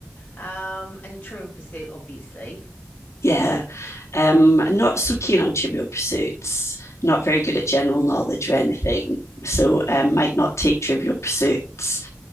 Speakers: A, on the left; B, on the left.
A: Um, and a Trivial Pursuit, obviously.
B: Yeah. Um, not so keen on trivial pursuits, not very good at general knowledge or anything. So um, might not take trivial pursuits.